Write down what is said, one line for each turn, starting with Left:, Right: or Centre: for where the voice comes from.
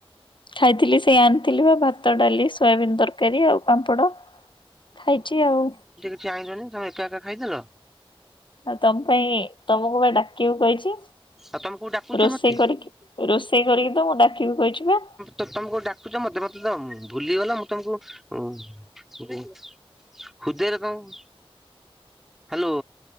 Left: ଖାଇଥିଲି ସେଇ ଆଣିଥିଲି ବା ଭାତ ଡାଲି। ସୋୟାବିିନ ତରକାରୀ ଆଉ ପାମ୍ପଡ ଖାଇଛି ଆଉ।
Centre: ଚାହିଁଲନି ତମେ ଏକା ଏକା ଖାଇଦେଲ।
Left: ଆଉ ତମ ପାଇଁ ତମକୁ ବା ଡ଼ାକିବୁ କହିଛି।
Centre: ଆଉ ତମେ କୋଉ ଡାକୁଛ
Left: ରୋଷେଇ
Centre: ମତେ?
Left: କରିକି ରୋଷେଇ କରିକି ତମକୁ ଡାକିବି କହିଛି ପା।
Centre: ତ ତମେ କୋଉ ଡାକୁଛ ମତେ ମତେ ତ ଭୁଲିଗଲ ମୁଁ ତମକୁ ଉଁ। ହୃଦୟରେ ତମକୁ ହାଲୋ।